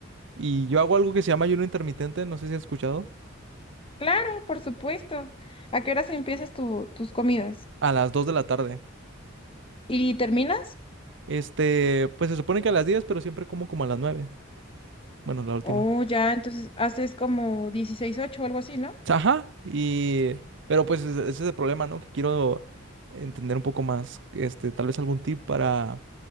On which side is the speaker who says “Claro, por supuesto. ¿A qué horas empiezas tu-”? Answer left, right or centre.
Left